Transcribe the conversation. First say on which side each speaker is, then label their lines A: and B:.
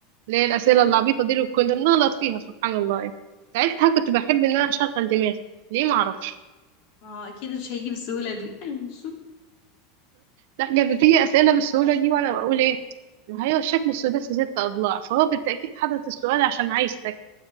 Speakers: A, on the right; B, on the left.
A: اللي هي الاسئله
B: ايوه
A: العبيطه دي اللي كنا بنغلط فيها سبحان الله يعني. ساعتها كنت بحب ان انا اشغل دماغي ليه ما اعرفش
B: ما هو أكيد مش هيجي بالسهولة دي <laughs>
A: لا كانت بتيجي اسئله بالسهوله دي وانا بقول ايه ما هي الشكل السداسي ست اضلاع فهو بالتاكيد حدد السؤال عشان عايز تك